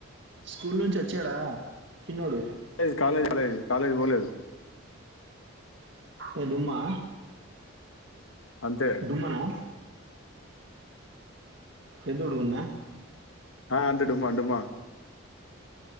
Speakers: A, on the right; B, on the left.
A: స్కూల్ నుంచి వచ్చాడా చిన్నోడు
B: కాలేజ్ కాలేజ్ కాలేజ్ కాలేజ్ పోలేదు
A: ఏ డుమ్మా
B: అంతే.
A: డుమ్మనా పెద్దోడ్ గుడ్నా
B: ఆ అంటే డుమ్మా డుమ్మా